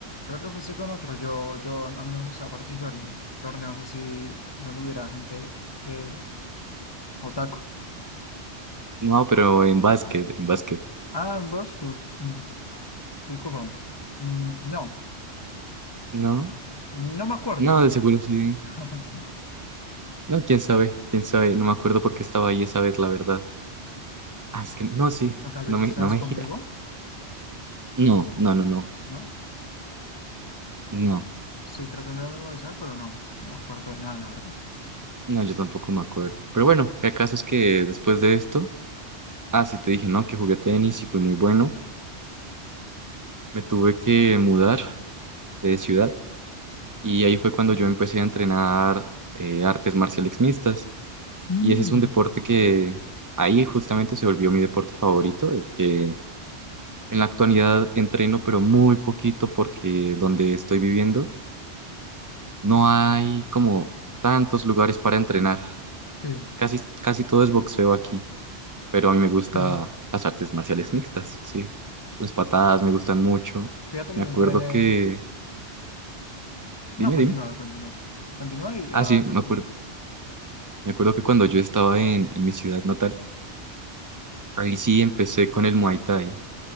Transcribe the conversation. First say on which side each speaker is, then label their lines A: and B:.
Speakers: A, on the left; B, on the right.
A: Creo que empecé con otro. Yo, yo, a mí no me gusta participar en torneos así donde hubiera gente que otaku.
B: No, pero en básquet, en básquet.
A: Ah, en Bosco. Mm, disculpa. Mm, no,
B: No,
A: no me acuerdo.
B: no, de seguro sí.
A: <laughs>
B: No, quién sabe, quién sabe. No me acuerdo por qué estaba ahí esa vez, la verdad. Ah, es que no, sí,
A: O tal
B: no
A: vez estás
B: me, no me
A: conmigo,
B: gira. No, no, no, no,
A: ¿no?
B: no,
A: Estoy tratando de memorizar, pero no, no me acuerdo de nada, la verdad.
B: no, yo tampoco me acuerdo. Pero bueno, el caso es que después de esto, ah, sí te dije, ¿no? Que jugué tenis y fui muy bueno. Me tuve que mudar de ciudad y ahí fue cuando yo empecé a entrenar eh, artes marciales mixtas.
A: Mm,
B: Y ese es un deporte que ahí justamente se volvió mi deporte favorito, el que En la actualidad entreno, pero muy poquito porque donde estoy viviendo no hay como tantos lugares para entrenar.
A: sí.
B: Casi, casi todo es boxeo aquí, pero a mí me gusta
A: <laughs>
B: las artes marciales mixtas, sí. Las patadas me gustan mucho.
A: Fíjate que
B: Me
A: yo
B: acuerdo
A: entrené.
B: que...
A: No,
B: Dime,
A: continúa,
B: dime.
A: continúa. Continúa y
B: Ah,
A: ahora
B: sí,
A: yo
B: me
A: te comento.
B: acuerdo, me acuerdo que cuando yo estaba en, en mi ciudad natal, ahí sí empecé con el Muay Thai.